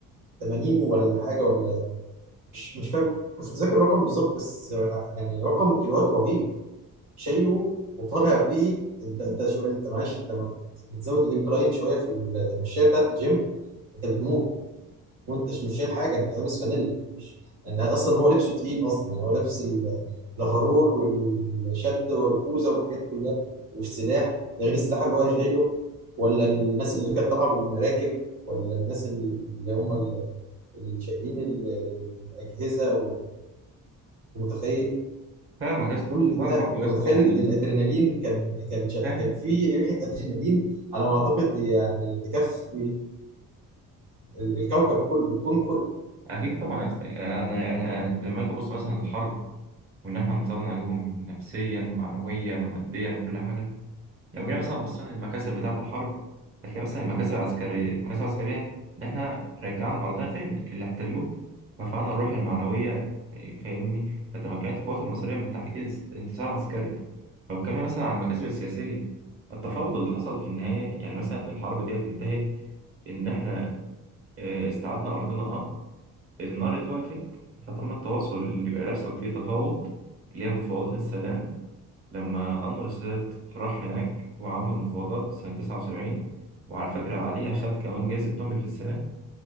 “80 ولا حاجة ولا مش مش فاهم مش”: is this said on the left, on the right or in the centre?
Right